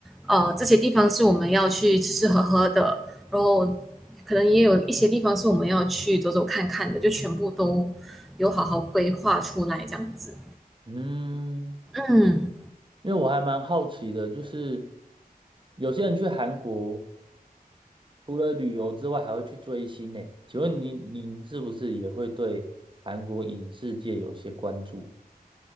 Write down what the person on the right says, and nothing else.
嗯，
因为我还蛮好奇的，就是有些人去韩国除了旅游之外，还会去追星呢。请问您您是不是也会对韩国影视界有些关注？